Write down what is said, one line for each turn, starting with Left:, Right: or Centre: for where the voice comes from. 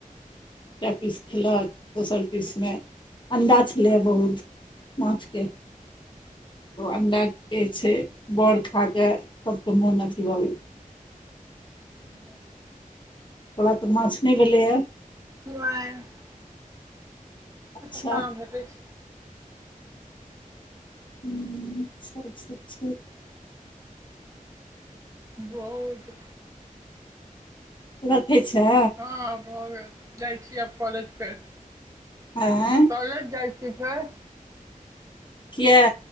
Left: कए पीस खेलक दोसर पीसमे अणडा छलैए बहुत माछके ओ अंडाे के छै बड़ खाकऽ सबके मोन अथी भऽ गेल
Right: ह <inaudible>
Left: तोरा माछ नहि भेलैए
Right: <inaudible>
Left: अच्छा
Right: एकर कहाँ भेटै छै
Left: ह अ <inaudible>
Right: बहुत
Left: रखै छै
Right: हँ भऽ गेल जाइ छी आब काॅलेज फेर
Left: हँ <inaudible>
Right: कॉलेज जाइ छी फेर
Left: किया